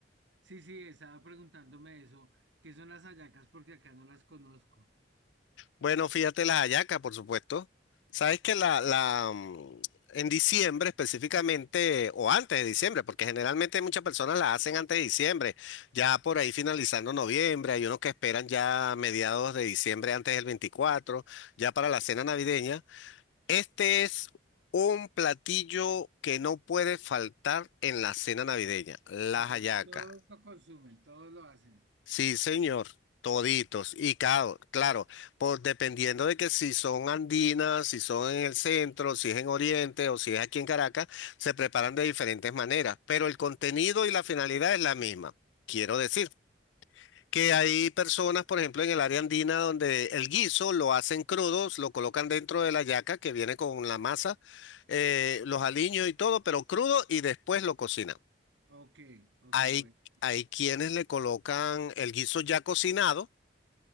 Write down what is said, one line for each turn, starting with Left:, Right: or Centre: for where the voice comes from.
Right: sí, sí, estaba preguntándome eso, ¿qué son las hallacas? Porque acá no las conozco.
Left: Bueno, fíjate las hallacas, por supuesto. Sabes que la, la, mm, en diciembre específicamente, o antes de diciembre, porque generalmente muchas personas la hacen antes de diciembre, ya por ahí finalizando noviembre, hay unos que esperan ya mediados de diciembre, antes del 24, ya para la cena navideña. Este es un platillo que no puede faltar en la cena navideña, las
Right: O sea,
Left: hallacas.
Right: todos lo consumen, todos lo hacen.
Left: Sí, señor, toditos. Y claro, claro, Por dependiendo de que si son andinas, si son en el centro, si es en Oriente o si es aquí en Caracas, se preparan de diferentes maneras, pero el contenido y la finalidad es la misma. Quiero decir que hay personas, por ejemplo, en el área andina donde el guiso lo hacen crudos, lo colocan dentro de la yaca que viene con la masa, eh, los aliños y todo, pero crudo y después lo cocinan.
Right: Ok, ok,
Left: Hay,
Right: bueno.
Left: hay quienes le colocan el guiso ya cocinado